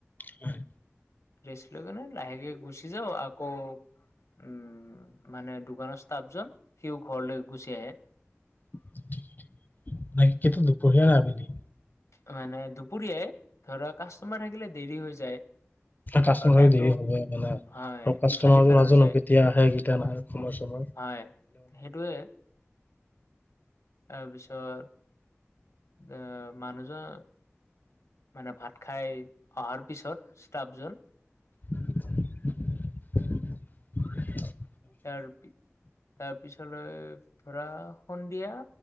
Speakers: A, on the left (about 40°); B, on the left (about 80°).
A: হয়।
B: ৰেষ্ট লৈ কিনে, লাহেকে গুচি যাওঁ আকৌ উম, মানে দোকানৰ ষ্টাফজন সিও ঘৰলৈ গুচি আহে।
A: নাই সেইটো দুপৰিয়া আবেলি
B: মানে দুপুৰীয়াই ধৰা, কাষ্টমাৰ থাকিলে দেৰি হৈ যায়।
A: কাষ্টমাৰ
B: আৰু টাইমটো
A: দেৰি হ'বই মানে
B: হয়
A: কাষ্টমাবোৰ
B: ইফাল সিফাল
A: নাজানো
B: হৈ যায়
A: কেতিয়া আহে কেতিয়া নাহে, সময়-চময়
B: হয়, সেইটোৱে। তাৰপিছত এ মানুহজন মানে ভাত খাই অহাৰ পিছত ষ্টাফজন
A: <unintelligible>
B: ইয়াৰ পি, তাৰ পিছলৈ ধৰা সন্ধিয়া